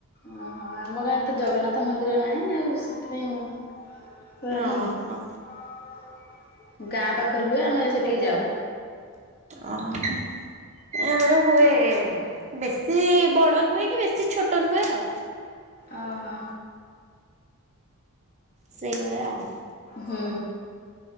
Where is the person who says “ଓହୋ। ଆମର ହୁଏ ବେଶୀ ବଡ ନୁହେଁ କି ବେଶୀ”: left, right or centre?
Right